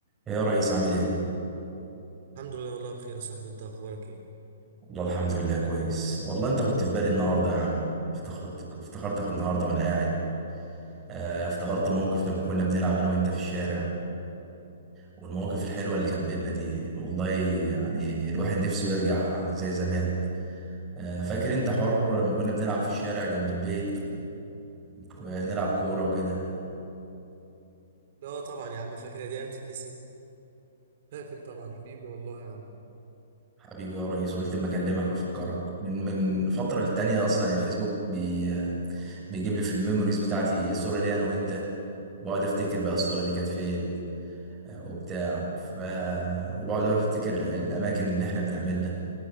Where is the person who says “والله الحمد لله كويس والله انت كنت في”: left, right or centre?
Right